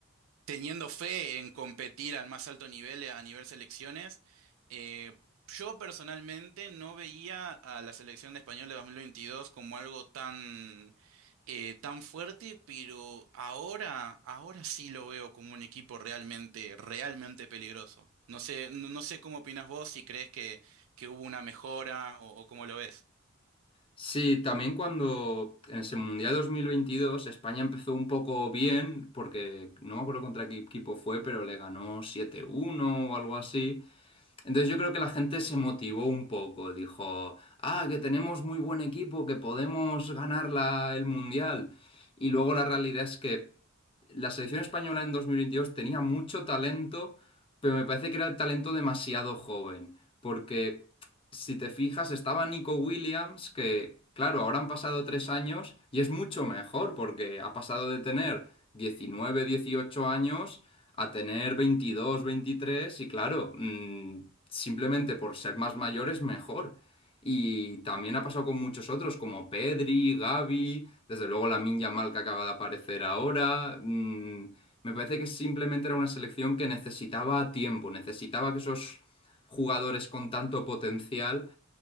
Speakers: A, on the right; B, on the left.
A: teniendo fe en competir al más alto nivel eh, a nivel selecciones. eh, yo personalmente no veía a la selección de español de 2022 como algo tan, eh, tan fuerte, pero ahora, ahora sí lo veo como un equipo realmente, realmente peligroso. No sé, no, no sé cómo opinas vos, si crees que, que hubo una mejora o, o cómo lo ves.
B: Sí, también cuando en ese Mundial 2022 España empezó un poco bien, porque no me acuerdo contra qué equipo fue, pero le ganó 7-1 o algo así. Entonces yo creo que la gente se motivó un poco, dijo, ah, que tenemos muy buen equipo, que podemos ganar la- el Mundial. Y luego la realidad es que la selección española en 2022 tenía mucho talento, pero me parece que era el talento demasiado joven, porque si te fijas, estaba Nico Williams, que claro, ahora han pasado tres años y es mucho mejor, porque ha pasado de tener 19, 18 años a tener 22 23 y claro, mm, simplemente por ser más mayores mejor. Y también ha pasado con muchos otros como Pedri, Gavi, desde luego la Yamal que acaba de aparecer ahora. mm, me parece que simplemente era una selección que necesitaba tiempo, necesitaba que esos jugadores con tanto potencial